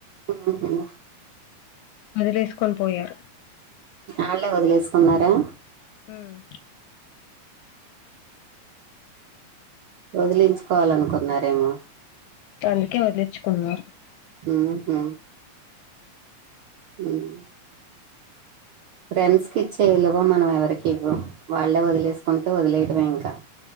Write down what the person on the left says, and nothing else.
వదిలేసుకొని పోయారు
హ్మ్
అందుకే వదిలించుకున్నారు